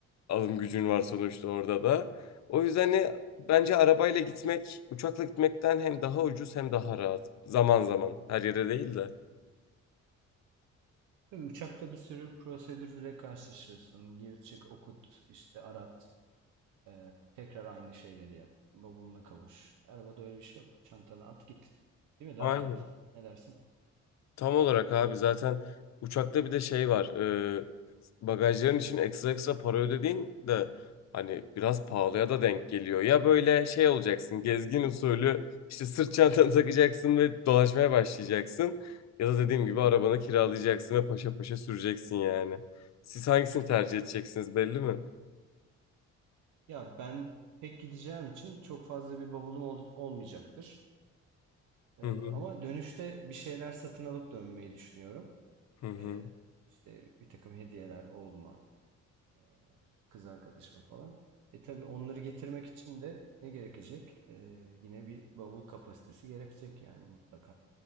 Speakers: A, on the left; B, on the right.
A: alım gücün var sonuçta orada da. O yüzden hani bence arabayla gitmek, uçakla gitmekten hem daha ucuz hem daha rahat. Zaman zaman. Her yere değil de.
B: Tabii uçakta bir sürü prosedürle karşılaşıyorsun. Gir çık, okut, işte arat, e, tekrar aynı şeyleri yap. Bavuluna kavuş. Arabada öyle bir şey yok. Çantana at git. Değil mi? Daha
A: Aynen.
B: rahat. Ne dersin?
A: Tam olarak abi zaten uçakta bir de şey var. e, bagajların için ekstra ekstra para ödediğin de hani biraz pahalıya da denk geliyor. Ya böyle şey olacaksın gezgin usulü işte sırt çantanı takacaksın ve dolaşmaya başlayacaksın. Ya da dediğim gibi arabanı
B: Hı hı.
A: kiralayacaksın ve paşa paşa süreceksin yani. Siz hangisini tercih edeceksiniz belli mi?
B: Ya ben pek gideceğim için çok fazla bir bavulum ol- olmayacaktır. Ee,
A: Hı hı
B: ama dönüşte bir şeyler satın alıp dönmeyi düşünüyorum.
A: hı hı.
B: Ee, işte bir takım hediyeler oğluma, e, kız arkadaşıma falan. E tabii onları getirmek için de ne gerekecek? Ee, yine bir bavul kapasitesi gerekecek yani mutlaka